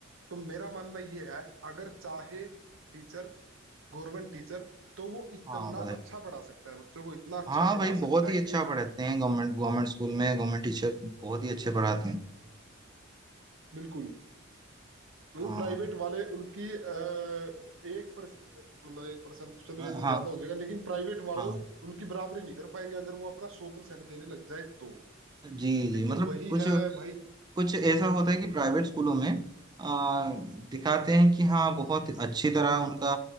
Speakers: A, on the right; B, on the right.
A: तो मेरा मानना ये है अगर चाहे टीचर गवर्नमेंट टीचर तो वो इतना
B: हाँ बताइए
A: अच्छा पढ़ा सकता है बच्चों को इतना अच्छा
B: हाँ
A: पढ़ा
B: भाई बहुत
A: सकता है
B: ही
A: कि
B: अच्छा पढ़ाते हैं गवर्नमेंट गवर्नमेंट स्कूल में गवर्नमेंट टीचर बहुत ही अच्छे पढ़ाते
A: हम्म,
B: हैं
A: बिल्कुल मतलब
B: हाँ
A: प्राइवेट वाले उनकी अह, एक पर मतलब एक परसेंट चलो ये
B: हाँ
A: तो ज्यादा हो जाएगा लेकिन प्राइवेट वालों
B: हाँ
A: उनकी बराबरी नहीं कर पाएंगे अगर वो अपना सौ परसेंट देने लग जाए तो
B: जी जी
A: लेकिन
B: मतलब
A: वही
B: कुछ
A: है भाई
B: कुछ ऐसा होता है कि
A: हम्म
B: प्राइवेट स्कूलों में आ, दिखाते
A: हम्म
B: हैं कि हाँ बहुत अच्छी तरह उनका